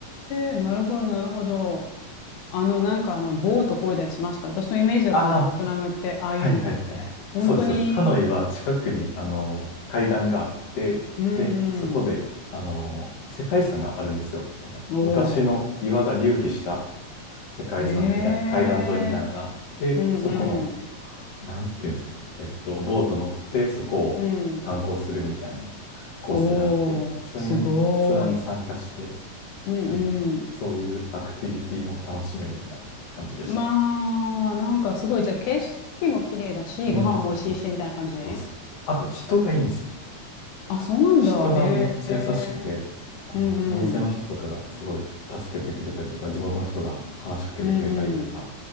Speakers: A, on the left; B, on the left.
A: え、なるほど、なるほど。あの、なんかあの、ボート漕いだりしました。私のイメージだとなんかベトナムって、
B: ああ、
A: ああいうのがあって。
B: はいはいはい。
A: 本当に、
B: そうです、そうです。ハノイは近くに、あの、海岸があって、
A: うん
B: で、そこで、あの、世界遺産があるんですよ。なんか昔の岩が隆起した
A: うん。お
B: 世界遺産みたいな、
A: ー、へえ、
B: 海岸沿いみたいなのがあって、
A: うんうん。
B: そこの、なんていうんですかね、えっと、ボート乗ってそこを観光するみたいな
A: うん。
B: コースがあって、
A: おー、
B: それにツアーに参加して、
A: すごーい。うんうん。
B: なんで、そういうアクティビティも楽しめるみたいな感じでした。
A: まあ、なんかすごい、じゃあ景色も綺麗だし、
B: うん、
A: ご飯も美味しいし、
B: うん。
A: みたいな感じ
B: そうですね。あと人がいいんですよ。
A: あ、そうなんだ。
B: 人がめっちゃ優しくて、
A: へえ。
B: あの、
A: うんうん。
B: お店の人とかがすごい助けてくれたりとか、地元の人が話しかけてくれたりとか、
A: うん